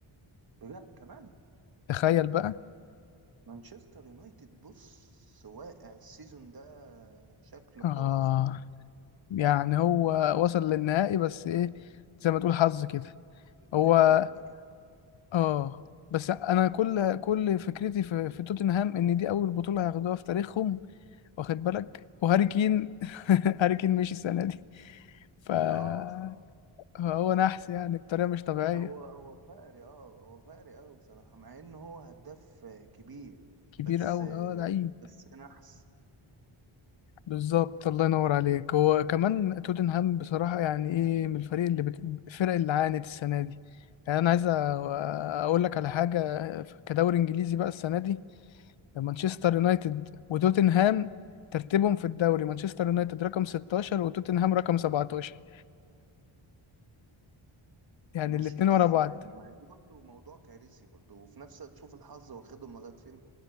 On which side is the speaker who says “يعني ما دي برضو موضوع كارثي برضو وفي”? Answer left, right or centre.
Right